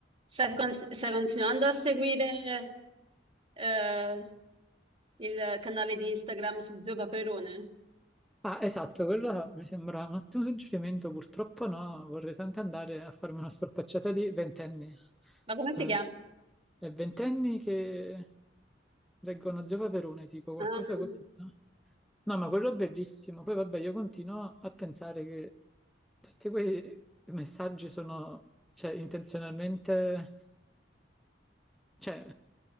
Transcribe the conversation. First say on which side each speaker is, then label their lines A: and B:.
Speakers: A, on the right; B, in the centre.
A: stai, con- stai continuando a seguire eh, il canale di Instagram su Zio Paperone?
B: Ah, esatto, quello mi sembra un ottimo suggerimento, purtroppo no, vorrei tanto andare a farmi una scorpacciata di ventenni.
A: Ma come si
B: Eh,
A: chiama?
B: e ventenni che leggono Zio Paperone, tipo qualcosa
A: Ah,
B: così, no? No, ma quello è bellissimo. Poi vabbè, io continuo a pensare che tutti quei messaggi sono, cioè, intenzionalmente cioè,